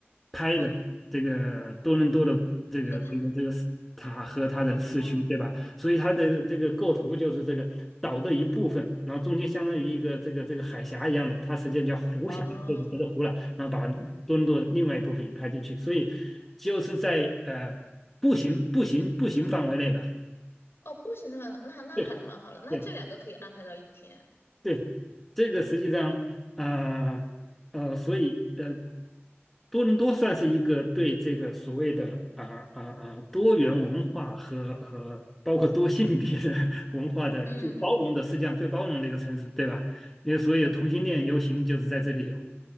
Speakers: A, in the centre; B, on the left.
A: 拍的，
B: 嗯，
A: 这个多伦多的这个这个这个塔和它的市区，
B: 我的塔，嗯，
A: 对吧？所以它的这个构图就是这个岛的一部分，然后中间相当于一个这个这个海峡一样的，它实际上叫湖峡，
B: 哦
A: 这个隔着湖了，然后把多伦多的另外一部分也拍进去，所以就是在呃步行步行步行范围内吧。
B: 哦，步行的话，那那还蛮好的，
A: 对。
B: 那这两个可以安排到一天，
A: 对对，这个实际上啊呃，呃所以呃，多伦多算是一个对这个所谓的啊啊啊多元文化和和包括多性别的 <laughs> 文化的最包容的，
B: 嗯，
A: 世界上最包容的一个城市，对吧？因为所有同性恋游行就是在这里有，